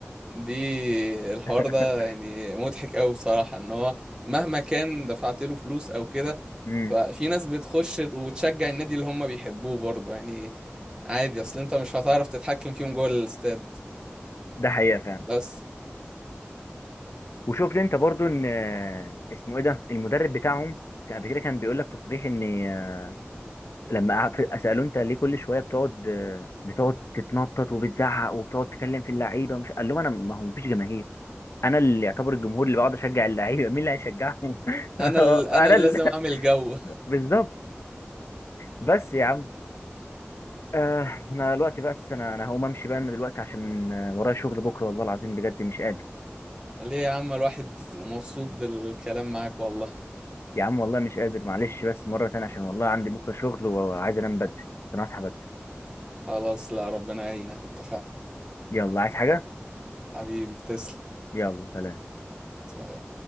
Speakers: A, on the right; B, on the left.
A: دي الحوار
B: <laughs>
A: ده يعني مضحك قوي بصراحة ان هو مهما كان دفعت له فلوس او كده
B: امم
A: ففي ناس بتخش وتشجع النادي اللي هم بيحبوه برضو يعني عادي اصل انت مش هتعرف تتحكم فيهم جوه الاستاد
B: ده حقيقة فعلا
A: بس
B: وشفت انت برضو ان آه، اسمه ايه ده المدرب بتاعهم كان قبل كده كان بيقول لك تصريح ان آه، لما قعد- سألوه انت ليه كل شوية بتقعد آه، بتقعد تتنطط وبتزعق وبتقعد تتكلم في اللعيبة مش قال لهم انا ما هو مفيش جماهير انا اللي يعتبر الجمهور اللي بقعد اشجع اللعيبة مين اللي هيشجعهم <laughs>
A: انا ال... انا
B: انا
A: اللي
B: اللي
A: لازم اعمل جو
B: بالظبط بس يا عم آه انا دلوقتي بس انا انا هقوم امشي بقى انا دلوقتي عشان آه، ورايا شغل بكره والله العظيم بجد مش قادر
A: <laughs> ليه يا عم الواحد مبسوط بالكلام معاك والله
B: يا عم والله مش قادر معلش بس مره تانية عشان والله عندي بكره شغل وعايز انام بدري عشان اصحى بدري
A: خلاص لا ربنا يعينك اتفقنا
B: يلا عايز حاجه
A: حبيبي تسلم
B: يلا سلام
A: سلام